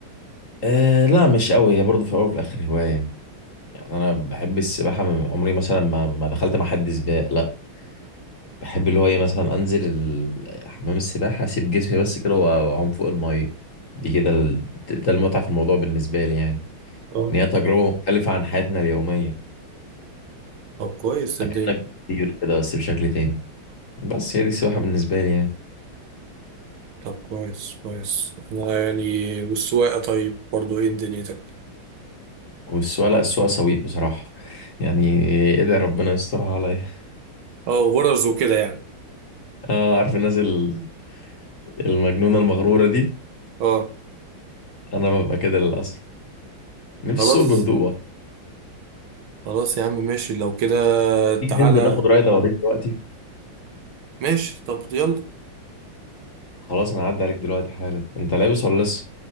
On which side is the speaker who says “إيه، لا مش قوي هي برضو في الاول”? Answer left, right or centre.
Left